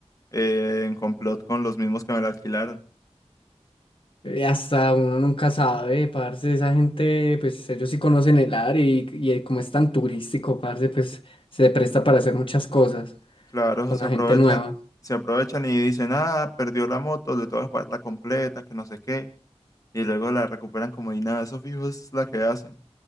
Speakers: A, on the left (about 30°); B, on the left (about 50°).
A: eh, en complot con los mismos que me la alquilaron.
B: eh, hasta uno nunca sabe, parce, esa gente, pues ellos sí conocen el área y, y eh, como es tan turístico, parce, pues se presta para hacer muchas cosas
A: Claro,
B: con
A: se
B: la
A: aprovechan,
B: gente nueva.
A: se aprovechan y dicen, ah, perdió la moto, le tengo que pagar la completa, que no sé qué. Y luego la recuperan como y nada, eso fijo es la que hacen.